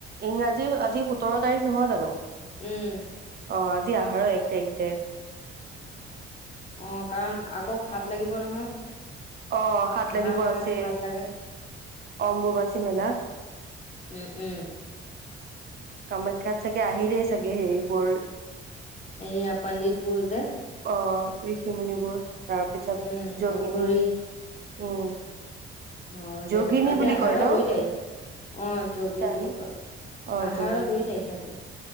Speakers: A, on the right (about 45°); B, on the left (about 30°).
A: ইংৰাজী আজি সোতৰ তাৰিখ নহয়, জানো
B: উম
A: অজি। দিয়া আহাৰ এক তাৰিখতে।
B: অ কাৰণ আকৌ হাত লাগিব। নহয়।
A: অ হাত
B: আহাৰ
A: লাগিব
B: মাহতে
A: আছে
B: সাত লাগে।
A: অম্বুবাচী মেলা।
B: উম, উম,
A: কামাখ্যাত চাগে আহিলেই চাগে হেৰিবোৰ।
B: এইয়া পণ্ডিতবোৰ যে।
A: অ ঋষি মুুণিবোৰ। তাৰপিছত
B: উম,
A: যোগিনী।
B: অঘৰি
A: উম।
B: অ
A: যোগিনী
B: আজি
A: বুলি
B: আহাৰৰ
A: কয় ন?
B: দুই তাৰিখ অ যগী
A: জানো
B: বুলি কয় আহ।
A: অ' যোগী।
B: পাৰৰ দুই তাৰিখ আজি